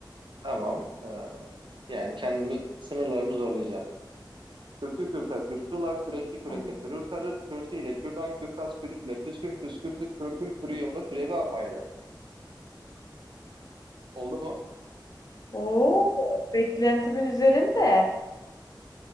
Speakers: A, on the right; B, on the left.
A: Tamam. E, yani kendimi sınırlarımı zorlayacağım. Kürkü kürka kürkçüler, kürekli kürekle
B: Tamam.
A: kürür karır, kürsü ile kürdan, kürkas, kürit ile küskün, küskürtlü, kürtün, kürüyumlu, kürevi apayrı. Oldu mu?
B: Oo, beklentimin üzerinde.